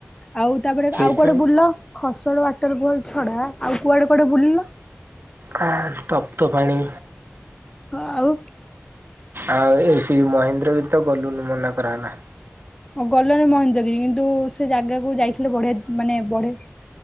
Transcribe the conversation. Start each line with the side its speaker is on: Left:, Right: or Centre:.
Left: ଆଉ ତାପରେ
Right: ସେଇଥିପାଇଁ
Left: ଆଉ କୋଆଡେ ବୁଲ? ଖସଡ଼ ୱାଟର ବଲ୍ ଛଡ଼ା ଆଉ କୁଆଡେ କୁଆଡେ ବୁଲିଲ?
Right: କ ତପ୍ତ ପାଣି।
Left: ହଁ ଆଉ।
Right: ଆଉ ସେ ମହେନ୍ଦ୍ରବୀର ତ ଗଲୁନୁ ମନା କରାଗଲା।
Left: ଓ ଗଲ ମହେନ୍ଦଗିରି କିନ୍ତୁ ସେ ଜାଗାକୁ ଯାଇଥିଲେ ବଢି ମାନେ ବଢି